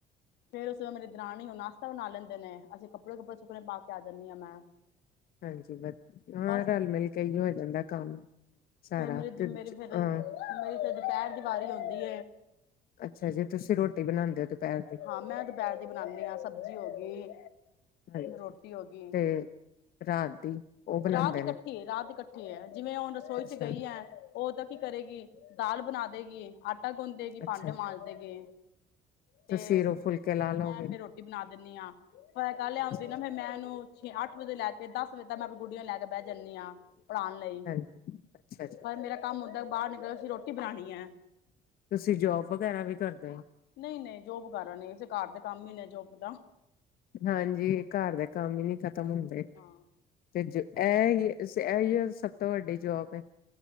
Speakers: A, on the left; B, on the left.
A: ਫੇਰ ਉਸ ਤੋਂ ਬਾਅਦ ਮੇਰੀ ਦਰਾਣੀ ਉਹ ਨਾਸ਼ਤਾ ਬਣਾ ਲੈਂਦੇ ਨੇ ਅਸੀਂ ਕੱਪੜੇ ਕੁੱਪੜੇ ਸੁੱਕਣੇ ਪਾ ਕੇ ਆ ਜਾਂਦੀ ਹਾਂ ਮੈਂ
B: ਹਾਂਜੀ ਵਧ ਹਾਂ
A: ਬਸ
B: ਰਲ ਮਿਲ ਕੇ ਹੀ ਹੋ ਜਾਂਦਾ ਕੰਮ ਸਾਰਾ
A: ਫੇਰ ਮੇਰੀ ਮੇਰੀ ਫੇਰ
B: ਤੇ
A: ਮੇਰੀ
B: ਅ
A: ਫੇਰ ਦੁਪਹਿਰ ਦੀ ਵਾਰੀ ਆਉਂਦੀ
B: ਅੱਛਾ ਜੇ ਤੁਸੀਂ ਰੋਟੀ ਬਣਾਉਂਦੇ ਹੋ ਦੁਪਹਿਰ ਦੀ
A: ਹਾਂ ਮੈਂ ਦੁਪਹਿਰ ਦੀ ਬਣਾਉਂਦੀ ਹਾਂ ਸ ਸਬਜ਼ੀ ਹੋ ਗਈ
B: ਹਾਂਜੀ
A: ਰੋਟੀ ਹੋ ਗਈ
B: ਤੇ ਰਾਤ ਦੀ ਉਹ ਬਣਾਉਂਦੇ
A: ਰਾਤ ਇਕੱਠੀ
B: ਨੇ
A: ਰਾਤ ਇਕੱਠੀ ਹੈ। ਜਿਵੇਂ ਹੁਣ ਰਸੋਈ
B: ਅੱਛਾ
A: ਚ ਗਈ ਹੈ। ਉਹ ਤਾਂ ਕੀ ਕਰੇਗੀ ਦਾਲ ਬਣਾਦੇਗੀ ਆਟਾ ਟ ਗੁੰਦੇ ਗੀ ਪਾਂਡੇ
B: ਅੱਛਾ
A: ਮਾਂਜਦੇ ਗੀ ਤੇ
B: ਤੁਸੀਂ ਰ ਫੁਲਕੇ ਲਾ ਲਓਗੇ
A: ਮੈਂ ਫੇਰ ਰੋਟੀ ਬਣਾ ਦਿੰਦੀ ਹਾਂ। ਪਰ ਇਹ ਗੱਲ ਆਉਂਦੀ
B: ਅੱਛਾ
A: ਨਾ
B: ਜੀ
A: ਫੇਰ ਮੈਂ ਇਹਨੂੰ ਛੇ ਅੱਠ ਵੇ ਲੈ ਕੇ ਦਸ ਵਜੇ ਤ ਮੈਂ ਗੁਡੀਆਂ ਲੈ ਕੇ ਬਹ ਜ ਜਾਂਦੀ ਹਾ ਪੜ੍ਹਾਉਣ ਲਈ
B: ਹਾਂਜੀ ਅੱਛਾ ਜੀ
A: ਪਰ ਮੇਰਾ ਕੰਮ ਹੁੰਦਾ ਬਾਹਰ ਨਿਕਲ ਅਸੀ ਰੋਟੀ ਬਣਾਉਣੀ ਹੈ।
B: ਤੁਸੀਂ ਜੋਬ ਵਗੈਰਾ ਵੀ ਕਰਦੇ ਹੋ
A: ਨਹੀਂ ਨਹੀਂ ਜੋਬ ਵਗੈਰਾ ਨੀ ਅੇ ਘਰ ਦੇ ਕੰਮ ਹੀ ਨੇ ਜੋਬ ਦਾ।
B: ਹਾਂਜੀ ਘਰ ਦਾ ਕੰਮ ਹੀ ਨਹੀਂ ਖ ਤਮ ਹੁੰਦੇ।
A: ਹਾਂ
B: ਇਹ ਇਹਹੀ ਸਭ ਤੋਂ ਵੱਡੀ ਜੋਬ ਹੈ।